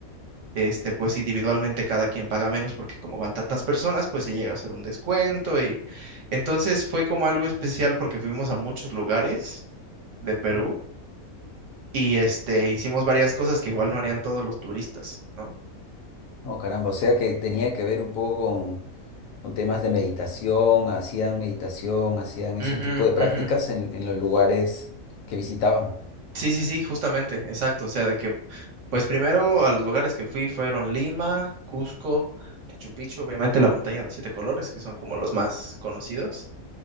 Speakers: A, on the right; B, on the left.
A: este, pues individualmente cada quien paga menos porque como van tantas personas, pues se llega a hacer un descuento y entonces fue como algo especial porque fuimos a muchos lugares de Perú y este hicimos varias cosas que igual no harían todos los turistas, ¿no?
B: Oh, caramba, o sea que tenía que ver un poco con temas de meditación, hacían meditación, hacían ese
A: Ujú,
B: tipo de prácticas
A: ujú.
B: en, en los lugares que visitaban.
A: Sí, sí, sí, justamente, exacto. O sea, de que, pues primero a los lugares que fui fueron Lima, Cusco, Machu Picchu, obviamente la montaña de siete colores, que son como los más conocidos.